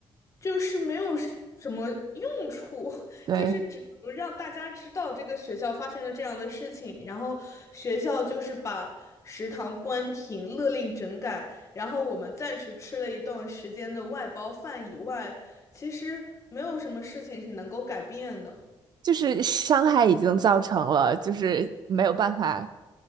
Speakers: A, on the left; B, on the right.
A: 就是没有什什么用处，<laughs>
B: 对，
A: 就是只能让大家知道这个学校发生了这样的事情，然后学校就是把食堂关停，勒令整改。然后我们暂时吃了一段时间的外包饭以外，其实没有什么事情是能够改变的。
B: 就是伤害已经造成了，就是没有办法，